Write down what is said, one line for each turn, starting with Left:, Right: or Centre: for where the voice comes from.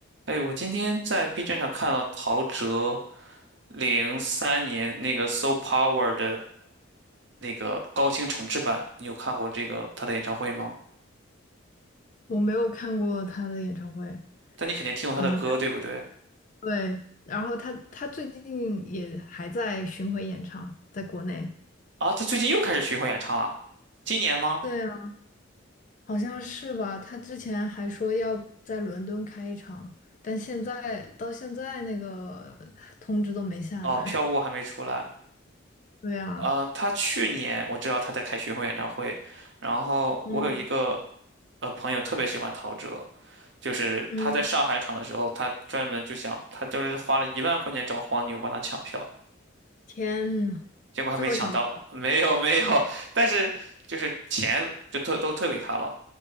Right: 哎，我今天在 B 站上看到陶喆零三年那个《So Power》的那个高清重制版，你有看过这个他的演唱会吗？
Left: 我没有看过他的演唱会，
Right: 但你肯定听过他的歌，
Left: 呃，
Right: 对不对？
Left: 对，然后他他最近也还在巡回演唱，在国内。
Right: 啊，他最近又开始巡回演唱了，今年吗？
Left: 对啊，好像是吧？他之前还说要在伦敦开一场，但现在到现在那个通知都没下来。
Right: 哦，《票务还没出来。
Left: <laughs> 对啊，
Right: 呃，他去年我知道他在开巡回演唱会，然后我有一个
Left: 嗯
Right: 呃朋友特别喜欢陶喆，就是他在上海场的时候，
Left: 嗯，
Right: 他专门就想，他就是花了一万块钱找黄牛帮他抢票。
Left: 天呐，
Right: 结果还没抢到，
Left: 最后抢到
Right: 没有没有，但是就是钱就退都退给他了。